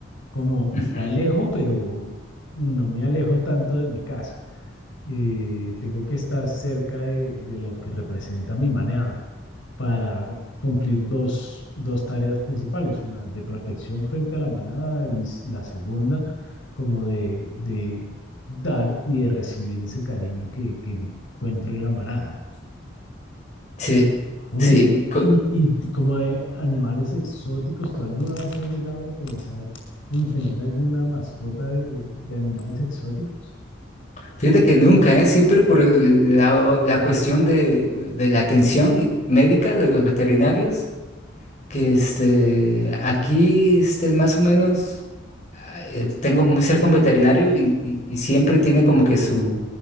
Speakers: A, on the left (about 85°); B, on the left (about 40°).
A: Como
B: Ujú.
A: me alejo, pero no me alejo tanto de mi casa eh, tengo que estar cerca de, de lo que representa mi manada para cumplir dos, dos tareas principales, una de protección frente a la manada y s- la segunda como de, de dar y de recibir ese cariño que, que encuentro en la manada.
B: Sí,
A: Oye,
B: sí.
A: y, y como de animales exóticos, ¿tú alguna vez has llegado a pensar en tener alguna mascota de, de animales exóticos?
B: Fíjate que nunca, ¿eh? Siempre por el- la, la cuestión de, de la atención y- médica de los veterinarios, que este, aquí este, más o menos ah, eh, tengo muy cerca un veterinario y, y- y siempre tiene como que su,